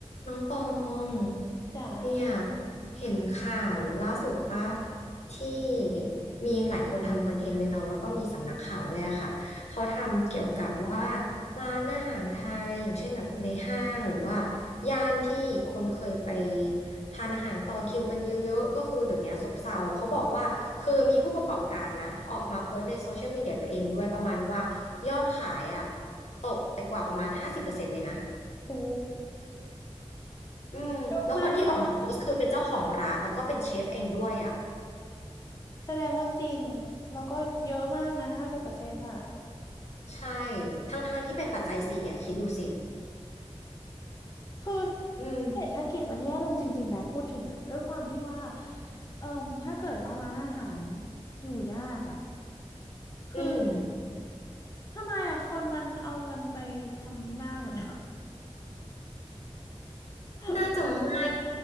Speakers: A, on the left; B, on the left.
A: น้องตอง
B: จ๋า
A: เนี่ยเห็นข่าวล่าสุดป่ะที่มีหลายคนทำคอนเทนต์เลยเนาะแล้วก็มีสำนักข่าวด้วยอะค่ะเขาทำเกี่ยวกับว่าร้านอาหารไทยอย่างเช่นแบบในห้างหรือว่าย่านที่คนเคยไปทานอาหารต่อคิวกันเยอะๆก็คือเดี๋ยวนี้ซบเซาเขาบอกว่าคือมีผู้ประกอบการนะออกมาโพสต์ในโซเชียลมีเดียตัวเองด้วยประมาณว่ายอดขายอะตกไปกว่าประมาณห้าสิบเปอร์เซ็นต์เลยนะ
B: โอ้
A: อืมแล้วคนที่ออกมาโพสต์คือเป็นเจ้าของร้านแล้วก็เป็นเชฟเองด้วยอ่ะ
B: เยอะมากนะ แสดงว่าจริง แล้วก็เยอะมากนะห้าสิบเปอร์เซ็นต์อ่ะ
A: ใช่ทั้งทงที่เป็นปัจจัยสี่อ่ะคิดดูสิ
B: คือ
A: อืม
B: เศรษฐกิจมันแย่ลงจริงๆนะ พูดถึงอ่ะ ด้วยความที่ว่าเอ่มถ้าเกิดว่าร้านอาหารอยู่ยากอ่ะ คือ
A: อืม
B: ทำไมอ่ะ คนมันเอาเงินไปทำหน้าหมดแล้ว <laughs>
A: น่าจะไม่